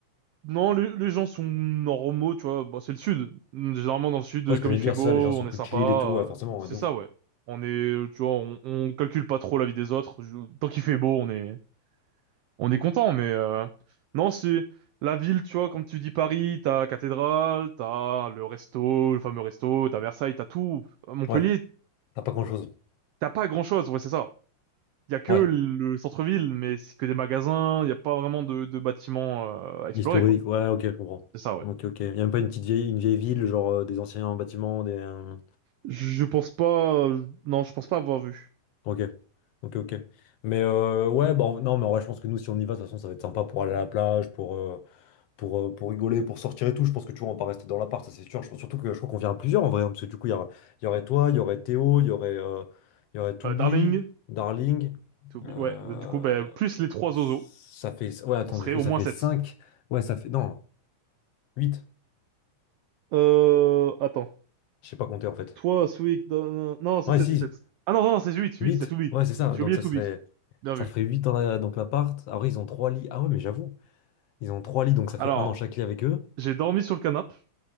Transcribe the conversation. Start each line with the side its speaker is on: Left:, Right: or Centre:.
Right: Non, les, les gens sont normaux, tu vois. Bah, c'est le sud. Généralement, dans le sud,
Left: Ouais, ce
Right: comme
Left: que je
Right: il
Left: veux dire,
Right: fait beau,
Left: c'est ça, les gens sont
Right: on est
Left: plus
Right: sympa.
Left: chill
Right: euh,
Left: et tout, ouais, forcément,
Right: C'est
Left: ouais, de
Right: ça,
Left: ouf.
Right: ouais. On est, tu vois, on, on calcule pas trop la vie des autres. Je- Tant qu'il fait beau, on est, On est content, mais euh, non, c'est la ville, tu vois, comme tu dis Paris, t'as cathédrale, t'as le resto, le fameux resto, t'as Versailles, t'as tout. À Montpellier,
Left: Ouais, t'as pas grand-chose.
Right: t'as pas grand-chose, ouais, c'est ça. Il y a que
Left: Ouais.
Right: le centre-ville, mais c'est que des magasins, il y a pas vraiment de, de bâtiments euh, à explorer,
Left: Historique,
Right: quoi.
Left: ouais, ok, je comprends.
Right: C'est ça, ouais.
Left: Ok, ok. Y a même pas une petite vieille, une vieille ville, genre euh, des anciens bâtiments, des... euh,
Right: Je pense pas, non, je pense pas avoir vu.
Left: Ok, ok, ok. Mais euh, ouais, bah, en- non, mais en vrai, je pense que nous, si on y va, de toute façon, ça va être sympa pour aller à la plage, pour... euh, pour, euh, pour rigoler, pour sortir et tout. Je pense que tu vois, on va pas rester dans l'appart, ça c'est sûr. Je pense surtout que je crois qu'on vient à plusieurs en vrai, hein, parce que du coup, il y, aura- il y aurait toi, il y aurait Théo, il y aurait, euh, il y aurait Toubi,
Right: Euh, Darling,
Left: Darling.
Right: to be-
Left: euh,
Right: ouais, du coup, ben, plus les trois
Left: ça
Right: oiseaux,
Left: fait. Ouais, attends,
Right: on serait
Left: du coup,
Right: au
Left: ça
Right: moins
Left: fait
Right: sept.
Left: cinq Ouais, ça fait. Non, huit
Right: Euh, attends.
Left: Je sais pas compter en fait.
Right: Toi, Sweet, euh, non, c'est
Left: Ouais,
Right: 7,
Left: si,
Right: c'est 7. Ah non, non, c'est 8, 8.
Left: huit
Right: il y a Toubi.
Left: Ouais, c'est ça.
Right: J'ai
Left: Donc
Right: oublié
Left: ça
Right: Toubi.
Left: serait.
Right: Bien
Left: Ça
Right: vu.
Left: ferait 8 dans la... donc l'appart. Après, ils ont 3 lits. Ah ouais, mais j'avoue. Ils ont 3 lits, donc ça fait
Right: Alors,
Left: un dans chaque lit avec eux.
Right: j'ai dormi sur le canapé